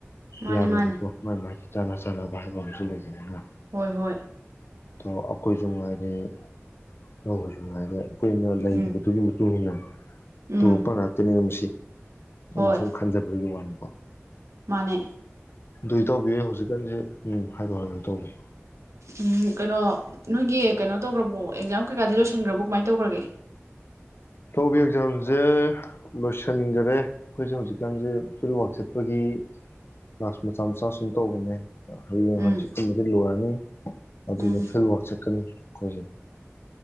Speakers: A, on the right; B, on the left.
A: ꯃꯥꯅꯤ
B: ꯌꯥꯔꯣꯏꯕꯀꯣ
A: ꯃꯥꯅꯤ
B: ꯃꯥꯏ ꯃꯥꯏ ꯆꯥꯅ ꯆꯥꯅꯕ ꯍꯥꯏꯕ ꯑꯃ ꯑꯩ ꯂꯩꯁꯤ ꯅꯪꯒ
A: ꯍꯣꯏ-ꯍꯣꯏ
B: ꯑꯣ ꯑꯩꯈꯣꯏꯁꯨ ꯉꯥꯏꯔꯦ ꯅꯈꯣꯏꯁꯨ ꯉꯥꯏꯔꯦ ꯑꯩꯈꯣꯏꯅ ꯂꯩꯔꯤꯕꯗꯨꯒꯤ
A: ꯎꯝ
B: ꯃꯇꯨꯡ ꯏꯟꯅ
A: ꯎꯝ
B: ꯇꯂꯛꯄ ꯉꯥꯛꯇꯅꯤꯝ ꯃꯁꯤ ꯑꯩꯅ
A: ꯍꯣꯏ
B: ꯁꯨꯝ ꯈꯟꯖꯕꯩ ꯋꯥꯅꯤ
A: ꯃꯥꯅꯦ
B: ꯑꯗꯣ ꯏꯇꯥꯎꯕꯤ ꯍꯧꯖꯤꯀꯥꯟꯁꯦ ꯎꯝ ꯍꯥꯏꯌꯣ ꯍꯥꯏꯌꯣ ꯏꯇꯥꯎꯕꯤ
A: ꯎꯝ ꯀꯩꯅꯣ ꯅꯣꯏꯒꯤ ꯀꯩꯅꯣ ꯇꯧꯈ꯭ꯔꯕꯣ ꯑꯦꯛꯖꯥꯝ ꯀꯩꯀꯥꯗꯤ ꯂꯣꯏꯁꯤꯟꯈ꯭ꯔꯕꯣ ꯀꯃꯥꯏ ꯇꯧꯒ꯭ꯔꯒꯦ
B: ꯏꯇꯥꯎꯕꯤ ꯑꯦꯛꯖꯥꯝꯁꯦ ꯂꯣꯏꯁꯤꯟꯒ꯭ꯔꯦ ꯑꯩꯈꯣꯏꯁꯦ ꯍꯧꯖꯤꯛꯀꯥꯟꯁꯦ ꯐꯤꯜ ꯋꯔꯥꯛ ꯆꯠꯄꯒꯤ ꯀ꯭ꯂꯥꯁ ꯃꯆꯥ ꯃꯆꯥ ꯁꯨꯝ ꯇꯧꯕꯅꯤ ꯍꯌꯦꯡ
A: ꯎꯝ
B: ꯍꯪꯆꯤꯠꯀꯨꯝꯕꯗꯤ ꯂꯣꯏꯔꯅꯤ ꯑꯗꯨꯒ
A: ꯎꯝ
B: ꯐꯤꯜꯋꯥꯔꯛ ꯆꯠꯀꯅꯤ ꯈꯣꯏꯖꯤ